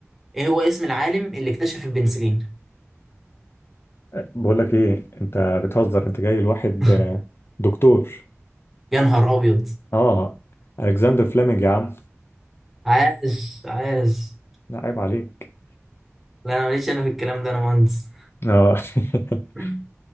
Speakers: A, in the centre; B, on the left (about 50°).
A: ايه هو اسم العالم اللي اكتشف البنسلين
B: أه، بقول لك ايه انت بتهزر انت جاي لواحد
A: <laughs>
B: آه، دكتور
A: يا نهار ابيض
B: اه الكسندر فليمنج يا عم
A: عاش عاش
B: لا عيب عليك
A: لا انا ماليش انا في الكلام ده انا مهندس
B: اه <laughs>
A: <laughs>